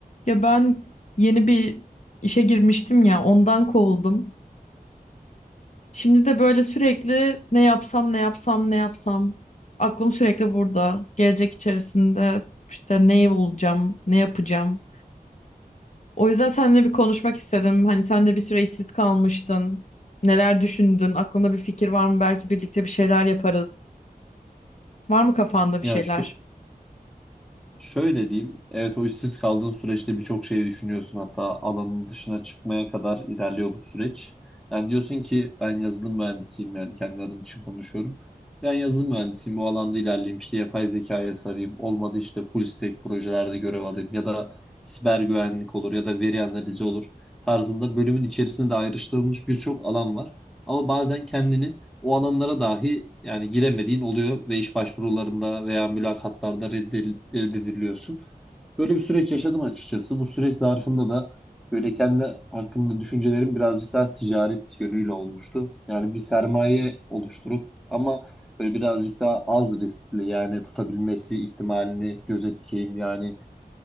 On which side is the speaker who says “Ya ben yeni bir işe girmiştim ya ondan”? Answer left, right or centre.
Left